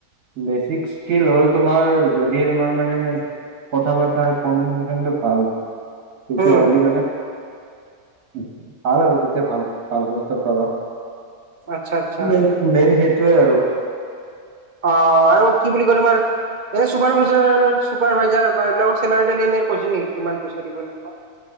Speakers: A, on the right; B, on the right.
A: বেচিক স্কিল হ'ল তোমাৰ যদি তোমাৰ মানে কথা পতা কমিনিকেচনটো ভাল তেতিয়া
B: উম,
A: হ'লে মানে--ভাল আৰু তেতিয়া ভাল-ভাল পষ্টত পাবা।
B: আচ্ছা-আচ্ছা।
A: মেইন মেইন সেইটোয়ে আৰু।
B: অ', আৰু কি বুলি কয় তোমাৰ এনে চুপাৰভাজাৰ-চুপাৰভাইজাৰ বা এইবিলাকৰ চেলাৰি তেলাৰি এনে কৈছিল নেকি কিমান পইচা দিব এনেকা?